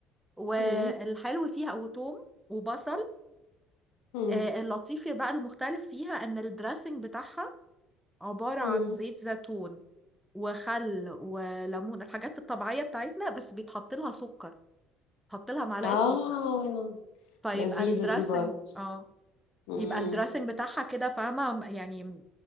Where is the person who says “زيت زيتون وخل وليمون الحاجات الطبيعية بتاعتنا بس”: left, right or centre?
Centre